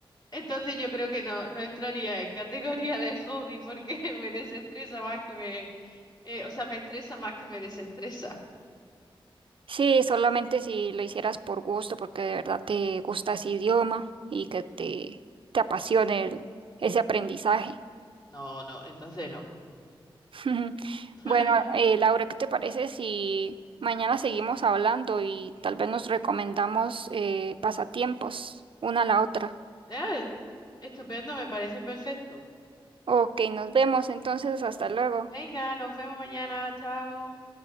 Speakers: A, on the left; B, on the right.
A: Entonces yo creo que no, no entraría en categoría de hobby porque <laughs> me desestresa más que me, Eh, o sea, me estresa más que me desestresa.
B: Sí, solamente si lo hicieras por gusto, porque de verdad te gusta ese idioma y que te, te apasione el- ese aprendizaje.
A: No, no, entonces no.
B: <laughs>
A: <laughs>
B: Bueno, eh, Laura, ¿qué te parece si mañana seguimos hablando y tal vez nos recomendamos eh, pasatiempos una a la otra?
A: Ya, es- Estupendo, me parece perfecto.
B: Ok, nos vemos entonces, hasta luego.
A: Venga, nos vemos mañana, chao.